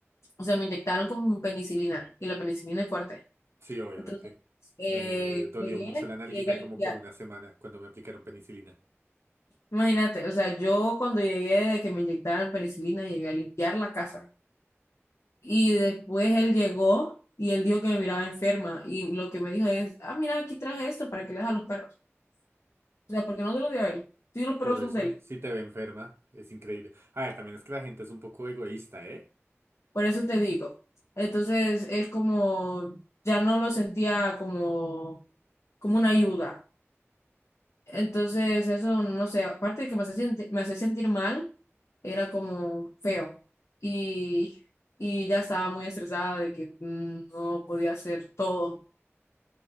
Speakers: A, on the left; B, on the right.
A: O sea, me inyectaron con penicilina y la penicilina es fuerte.
B: Sí, obviamente.
A: Entonces, eh,
B: Me dolió
A: llegué,
B: mucho la nalguita
A: llegué,
B: como por una semana cuando me aplicaron penicilina.
A: Imagínate, o sea, yo cuando llegué de que me inyectaron penicilina, llegué a limpiar la casa. Y después él llegó y él dijo que me miraba enferma. Y lo que me dijo es, ah, mira, aquí traje esto para que le des a los perros. O sea, porque no se lo dio a él. Sí, los perros
B: Por
A: son
B: eso,
A: de él.
B: si te ve enferma, es increíble. A ver, también es que la gente es un poco egoísta, ¿eh?
A: Por eso te digo. Entonces es como, ya no lo sentía como, como una ayuda. Entonces, eso, no sé, aparte de que me hace sentir, me hace sentir mal, era como feo. Y, y ya estaba muy estresada de que mm, no podía hacer todo.